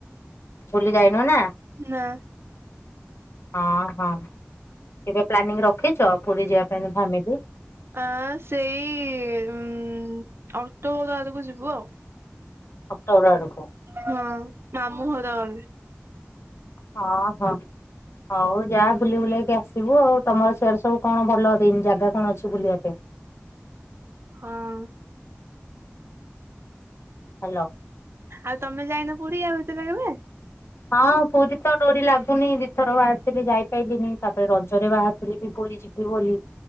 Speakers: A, on the left (about 60°); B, on the right (about 55°).
A: ବୁଲି ଜାଇନୋଉ ନା।
B: ନା।
A: ହଁ ହଁ। କେବେ ପ୍ଲାନିଂ ରଖିଚ ପୁରୀ ଯିବା ପାଇଁ ଫାମିଲି।
B: ଆଁ ସେଇ ଉଁ ଅକ୍ଟୋବ ଆଡକୁ ଯିବୁ ଆଉ।
A: ଅକ୍ଟୋବର ଆଡକୁ।
B: ହଁ ମାମୁଁ ଘର ଗଲେ।
A: ହଁ ହଁ ହଉ ଯା ବୁଲି ବୁଲାକି ଆସିବୁ ଆଉ। ତମର ସେଆଡେ ସବୁ କଣ ଦି ଭଲ ଜାଗା କଣ ଅଛି ବୁଲିବା ପାଇଁ।
B: ହଁ।
A: ହ୍ୟାଲୋ।
B: ଆଉ ତମେ ଯାଇନ ପୁରୀ ୟା ଭିତରେ କେବେ?
A: ହଁ ପୁରୀ ତ ଡୋରି ଲାଗୁନି ଦିଥର ବାହାରିଥିଲି ଯାଇପାରଲିିନି ତାପରେ ରଜରେ ବାହାରିଥିଲି ବି ପୁରୀ ଯିବି ବୋଲି।